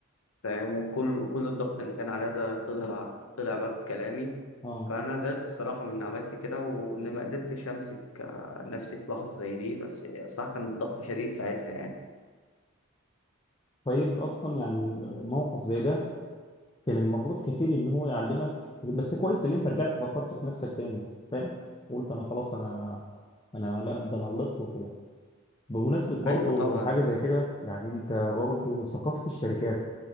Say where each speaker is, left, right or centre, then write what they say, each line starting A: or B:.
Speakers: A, on the left; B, on the left.
A: فاهم وكل كل الضغط اللي كان عليا ده طلع طلع بقى في كلامي
B: اه
A: فانا زعلت الصراحه من إني عملت كده وان ما قدرتش امسك آه، نفسي في لحظه زي دي بس صح كان الضغط شديد ساعتها يعني
B: طيب اصلا يعني موقف زي ده كان المفروض كفيل ان هو يعلمك بس كويس ان انت رجعت فكرت في نفسك تاني فاهم قلت انا خلاص انا انا لا ده انا غلطت وكده بمناسبة برضو
A: ايوه طبعا
B: حاجة زي كده يعني انت برضو ثقافة الشركات